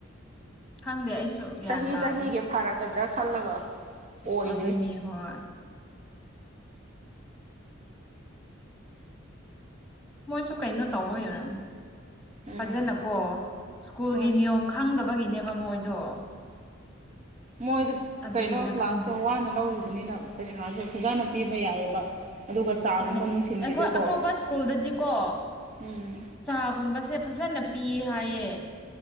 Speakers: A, in the centre; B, on the right.
A: ꯈꯪꯗꯦ ꯑꯩꯁꯨ ꯒ꯭ꯌꯥꯟ
B: ꯆꯍꯤ
A: ꯇꯥꯗꯦ
B: ꯆꯍꯤꯒꯤ ꯐꯔꯛꯀꯗ꯭ꯔꯥ ꯈꯜꯂꯒ ꯑꯣꯏꯗꯦ
A: ꯑꯗꯨꯅꯦ ꯍꯣꯏ ꯃꯣꯏꯁꯨ ꯀꯩꯅꯣ ꯇꯧꯕ ꯑꯣꯏꯔꯝꯅꯤ
B: ꯎꯝ
A: ꯐꯖꯅꯀꯣ ꯁ꯭ꯀꯨꯜꯒꯤ
B: ꯍꯣꯏ
A: ꯅꯤꯌꯣꯝ ꯈꯪꯗꯕꯒꯤꯅꯦꯕ ꯃꯣꯏꯗꯣ
B: ꯃꯣꯏꯗ
A: ꯑꯗꯨꯒꯤꯔ
B: ꯀꯩꯅꯣ ꯀ꯭ꯂꯥꯁꯇꯣ
A: ꯈꯪꯗꯦ
B: ꯋꯥꯅ ꯂꯧꯔꯤꯕꯅꯤꯅ ꯄꯩꯁꯥꯁꯨ ꯐꯖꯅ ꯄꯤꯕ
A: ꯎꯝ
B: ꯌꯥꯏꯑꯕ ꯑꯗꯨꯒ ꯆꯥꯒꯨꯝꯕ
A: ꯑꯗꯨꯅꯦ
B: ꯅꯨꯡꯊꯤꯟꯒꯤꯗꯣꯀꯣ
A: ꯑꯩꯈꯣꯏ ꯑꯇꯣꯞꯄ ꯁ꯭ꯀꯨꯜꯗꯗꯤꯀꯣ
B: ꯎꯝ
A: ꯆꯥꯒꯨꯝꯕꯁꯦ ꯐꯖꯅ ꯄꯤ ꯍꯥꯏꯌꯦ